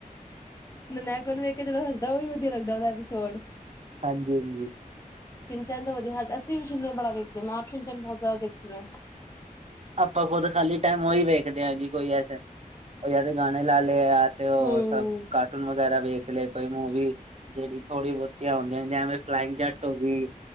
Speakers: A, on the left; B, on the right.
A: ਨਨੈਕੋ ਨੂੰ ਵੇਖ ਕੇ ਜਦੋਂ ਹੱਸਦਾ ਉਹ ਵੀ ਵਧੀਆ ਲੱਗਦਾ ਉਹਦਾ ਐਪੀਸੋਡ।
B: ਹਾਂਜੀ ਹਾਂਜੀ।
A: ਸੀ਼ਨਚੈਨ ਤੋਂ ਵਧੀਆ ਸਾਡੇ ਅਸੀਂ ਵੀ ਸਿਨਚੈਨ ਬੜਾ ਵੇਖਦੇ ਆਂ, ਮੈਂ ਆਪ ਸਿੰਨਚੈਨ ਬਹੁਤ ਜ਼ਿਆਦਾ ਦੇਖਦੀ ਆਂ।
B: ਆਪਾਂ ਖੁਦ ਖਾਲੀ ਟਾਈਮ ਉਹੀ ਵੇਖਦੇ ਆਂ ਜੀ ਕੋਈ ਐਸੇ ਉਹ ਯਾਂਦੇ ਗਾਣੇ ਲਾ ਲਏ ਯ ਤੇ ਉਹ
A: ਹੂੰ।
B: ਸਭ ਕਾਰਟੂਨ ਵਗੈਰਾ ਵੇਖ ਲਏ ਕੋਈ ਮੂਵੀ ਜਿਹੜੀ ਥੋੜ੍ਹੀ ਬਹੁਤੀਆਂ ਹੁੰਦੀਆਂ ਨੇ ਜੇਵੇਂ ਫਲਾਇੰਗ ਜੱਟ ਹੋਗੀ।